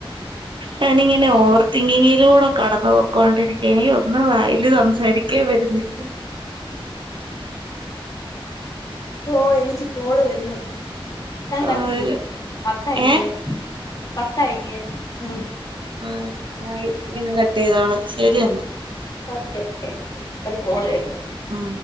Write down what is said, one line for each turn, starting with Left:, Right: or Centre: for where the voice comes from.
Right: ഞാനിങ്ങനെ ഓവർ തിങ്കിങ്ങിലൂടെ കടന്നു പൊക്കോണ്ടിരിക്ക എനിക്കൊന്നും വായില് സംസാരിക്കാ വരുന്നില്ല
Left: ഓഹ് എനിക്ക് കോള് വരുന്നു ഞാൻ കട്ടിയ്യ
Right: ആഹ്
Left: പത്തായില്ലേ
Right: ഏഹ്
Left: പത്തായില്ലേ ഉം
Right: ഉം ആയി ഞാൻ കട്ടെയ്തോളാം ശരിയെന്ന
Left: ഓക്കെയോക്കെ ഒരു കോള് വരുന്നു
Right: ഉം